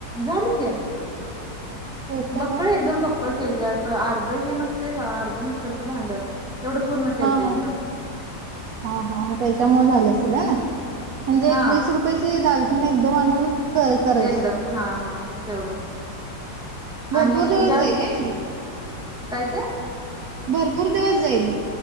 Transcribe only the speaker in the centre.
झालं कि.
बकंळ
एकदम बक. कळ केल ते असं अर्ध हे नसते का अर्ध मिक्सरचं भांड. तेवढं पूर्ण केलत
एकदम
हा
एकदम हा हा तेवढं
आणि
जास्त
काय ते.